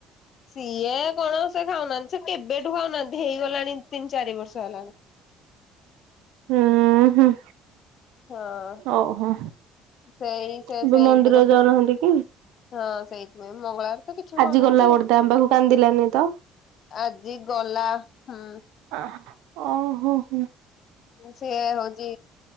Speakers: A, on the left; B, on the right.
A: ସିଏ କଣ ସେ ଖାଉନାହାନ୍ତି ସେ କେବେଠୁ ଖାଉନାହାନ୍ତି ହେଇଗଲାଣି ତିନି ଚାରି ବର୍ଷ ହେଲାଣି।
B: ହୁଁ ହୁଁ।
A: ହଁ
B: ଓହୋ
A: ସେଇ
B: ଏବେ
A: ସେ ସେଇ
B: ମନ୍ଦିର
A: ଗୋଟେ
B: ଯାଉନାହାନ୍ତି କି?
A: ହଁ ସେଇଥିପାଇଁ ମଙ୍ଗଳବାର ତ କିଛି
B: ଆଜି
A: ଖାଉନାହାନ୍ତି
B: ଗଲା
A: ଆଉ।
B: ବର୍ଦା ଆମ ପାଖକୁ କାନ୍ଦିଲାନି ତ।
A: ଆଜି ଗଲା ହୁଁ
B: ଅ ଓହୋ ହୋ।
A: ସିଏ ହଉଛି